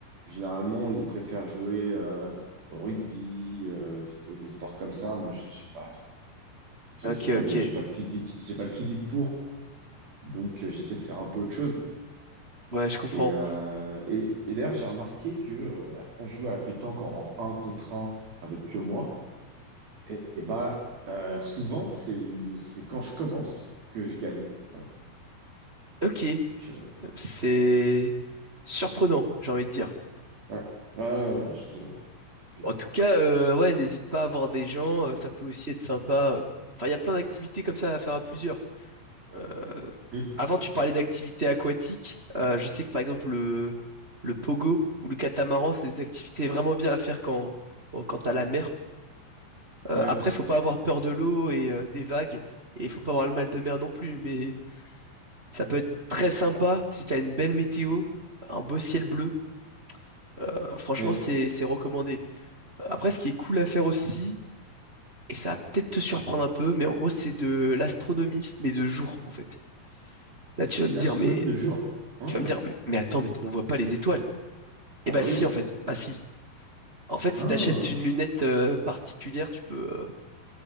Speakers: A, on the right; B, on the right.
A: généralement, ils préfèrent jouer euh, au rugby, euh, truc- des sports comme ça. Moi, j'ai j'ai pas, j'ai
B: Ok,
A: j'ai
B: ok.
A: pas le, j'ai pas le physique, j'ai pas le physique pour. Donc, euh, j'essaie de faire un peu autre chose.
B: Ouais, je comprends.
A: Et, euh, et, et d'ailleurs, j'ai remarqué que euh, bah, quand je joue à la pétanque en un contre un avec que moi, et, et bah, euh, souvent, c'est le- c'est quand je commence que je gagne. Voilà.
B: Ok.
A: Donc, euh,
B: C'est surprenant, j'ai envie de dire.
A: ouais, ouais, ouais, ouais, je sais, ouais, je
B: En
A: sais.
B: tout cas, euh, ouais, n'hésite pas à voir des gens, euh, ça peut aussi être sympa. Enfin, il y a plein d'activités comme ça à faire à plusieurs. Euh,
A: Mm.
B: avant, tu parlais d'activités aquatiques. Euh, je sais que par exemple le, le pogo ou le catamaran, c'est des activités vraiment bien à faire quand, bon, quand t'as la mer. Euh,
A: Ouais.
B: après, faut pas avoir peur de l'eau et euh, des vagues, et faut pas avoir le mal de mer non plus. Mais ça peut être très sympa si t'as une belle météo, un beau ciel bleu. Euh, franchement,
A: ouais.
B: c'est c'est recommandé. Après, ce qui est cool à faire aussi, et ça va peut-être te surprendre un peu, mais en gros, c'est de l'astronomie, mais de jour en fait. Là, tu vas me
A: L'astronomie
B: dire, mais
A: de jour. Hein,
B: Tu vas me dire, mais attends, mais on voit pas les étoiles. Eh
A: Ah
B: bah
A: bah
B: si,
A: oui.
B: en fait. Bah si. En fait,
A: hein.
B: si t'achètes une lunette euh, particulière, tu peux, euh,